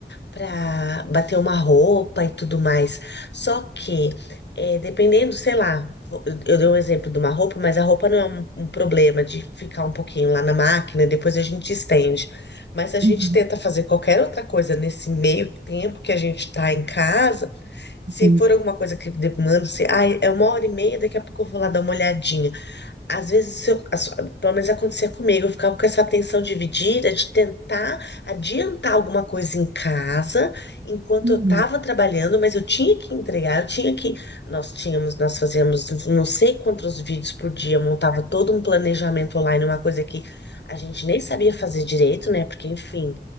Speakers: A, on the left (about 70°); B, on the right (about 45°).
A: para bater uma roupa e tudo mais. Só que, eh, dependendo, sei lá, vo- eu eu dei um exemplo de uma roupa, mas a roupa não é um, um problema de ficar um pouquinho lá na máquina, depois a gente estende. Mas se a gente
B: Uhum.
A: tenta fazer qualquer outra coisa nesse meio tempo que a gente está em casa, se
B: Sim.
A: for alguma coisa que demanda, se, ai, é uma hora e meia, daqui a pouco eu vou lá dar uma olhadinha. Às vezes, eu, a su- pelo menos acontecia comigo, eu ficava com essa tensão dividida de tentar adiantar alguma coisa em casa enquanto
B: Uhum.
A: eu estava trabalhando, mas eu tinha que entregar, eu tinha que. Nós tínhamos, nós fazíamos não sei quantos vídeos por dia, eu montava todo um planejamento online, uma coisa que a gente nem sabia fazer direito, né? Porque, enfim,